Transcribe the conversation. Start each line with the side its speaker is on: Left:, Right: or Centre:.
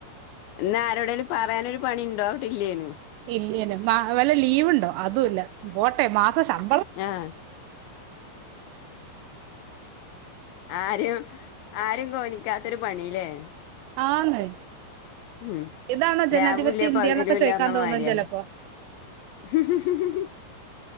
Left: എന്നാ ആരോടേലും പറയാനൊരു പണിണ്ടോവവിട്ടില്ലേനും
Right: ഇല്ലെനും മ വല്ല ലീവ്ണ്ടോ അതും ഇല്ല പോട്ടെ മാസ ശം
Left: ആഹ് ആരും ആരും കോനിക്കാത്തൊരു പണില്ലേ.
Right: ആന്ന്
Left: ഉം
Right: ഇതാണോ ജനാധിപത്യ
Left: രാവുല്ല
Right: ഇന്ത്യ
Left: പകലുല്ല
Right: എന്നൊക്കെ ചോദിക്കാൻ
Left: പറഞ്ഞമാര്യാ.
Right: തോന്നും ചിലപ്പോ
Left: ശിരി ശരി